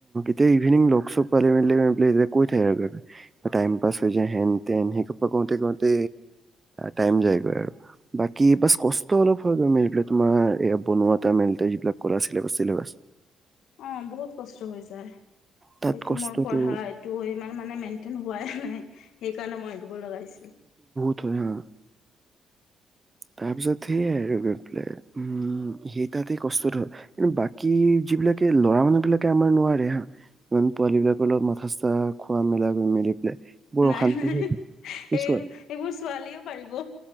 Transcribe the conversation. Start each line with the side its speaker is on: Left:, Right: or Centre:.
Right: এতিয়া ইভিনিং লক চক পালে <unintelligible> মেলে কৈ থাকে। আৰু টাইম পাছ হৈ যায় হেন তেন সেই কওঁতে কওঁতে টাইম যায়গৈ আৰু। বাকী বাছ কষ্ট অলপ হয় মেলি তোমাৰ এইয়া বনোৱা এটা <unintelligible> হেইবিলাক কৰা ছিলেবাছ টিলেবছ
Left: অ বহুত কষ্ট হৈ যায়।
Right: তাত
Left: এইটো
Right: কষ্টটো
Left: মোৰ পঢ়া এইটো মানে মেইনটেইন হোৱাই নাই, সেইকাৰণে মই এৰি দিব লগা হৈছিল।
Right: তা <unintelligible> তাৰপিছত সেইয়ে আৰু লে। <unintelligible> উম সেই তাতে কষ্টত হয়। কিন্তু বাকী যিবিলাকে ল'ৰা মানুহ বিলাকে আমাৰ নোৱাৰে হা। ইমান পোৱালী বিলাকৰ লগত মাথা চা খোৱা মেলা মেলি <unintelligible> বৰ
Left: নাই
Right: অশান্তি
Left: নাই
Right: হৈ থাকে। কিছুমান
Left: এই এইবোৰ ছোৱালীও পাৰিব।